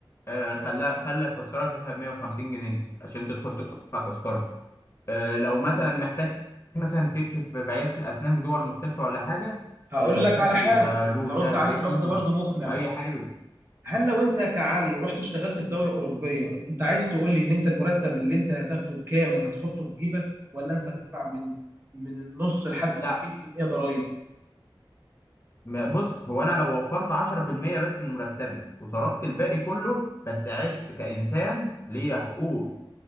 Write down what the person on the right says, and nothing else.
هقول
لك على حاجه
هرد
عليك
رد برضو
مقنع
هل لو انت كعلي رحت اشتغلت في دولة أوروبية انت عايز تقول لي ان انت المرتب اللي انت هتاخده كامل هتحطه في جيبك ولا انت هتدفع من من النص لحد
60% ضرائب